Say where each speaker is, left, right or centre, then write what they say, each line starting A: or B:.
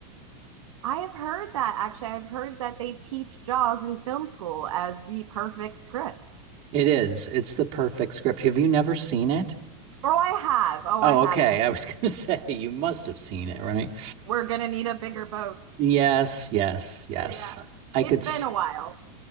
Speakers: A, on the right; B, on the right.
A: I have heard that actually. I've heard that they teach Jaws in film school as the perfect script.
B: It is. It's the perfect script. Have you never seen it?
A: Oh, I have. Oh,
B: Oh,
A: I have.
B: okay. I was going to <laughs> say you must have seen it, right?
A: We're gonna need a bigger boat.
B: Yes, yes, yes.
A: Yeah.
B: I
A: It's
B: could.
A: been a while.